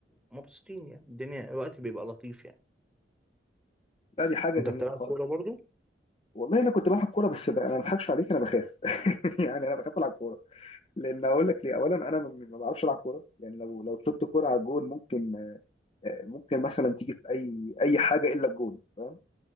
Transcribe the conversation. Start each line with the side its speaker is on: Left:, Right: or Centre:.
Centre: ومبسوطين يعني الدنيا الوقت بيبقى لطيف يعني
Left: لا دي حاجه
Centre: انت
Left: جميله
Centre: بتلعب
Left: خالص
Centre: كورة برضو
Left: والله انا كنت بلعب كوره بس بقى انا ما بضحكش عليك انا بخاف <laughs> يعني انا بخاف العب كوره لان اقول لك ليه اولا انا ما ما بعرفش العب كوره يعني لو لو شطت كوره على الجون ممكن آه، ممكن مثلا تيجي في اي اي حاجه الا الجون فاهم